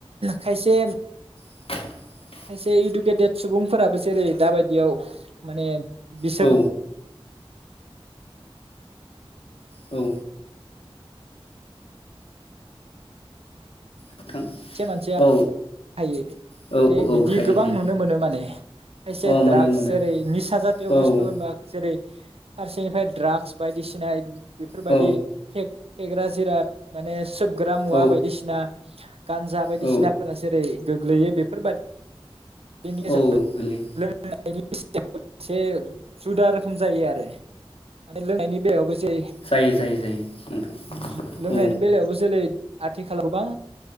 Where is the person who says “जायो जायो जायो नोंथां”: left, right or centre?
Left